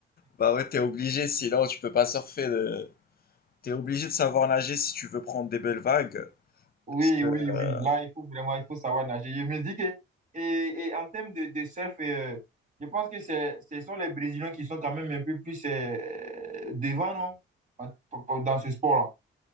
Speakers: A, on the left; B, on the right.
A: Bah ouais, t'es obligé, sinon tu peux pas surfer. Le... T'es obligé de savoir nager si tu veux prendre des belles vagues.
B: Oui,
A: Parce que,
B: oui,
A: euh,
B: oui. Là, il faut vraiment, il faut savoir nager. Je me dis que. Et, et en termes de, de surf, euh, je pense que c'est, ce sont les Brésiliens qui sont quand même un peu plus euh, devant, non? En- Dans ce sport-là.